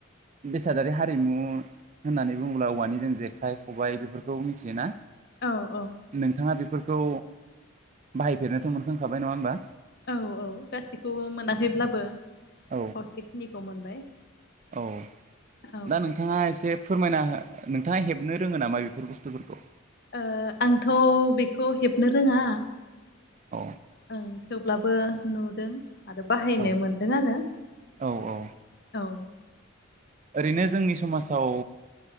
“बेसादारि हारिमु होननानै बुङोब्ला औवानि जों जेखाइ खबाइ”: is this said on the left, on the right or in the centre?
Right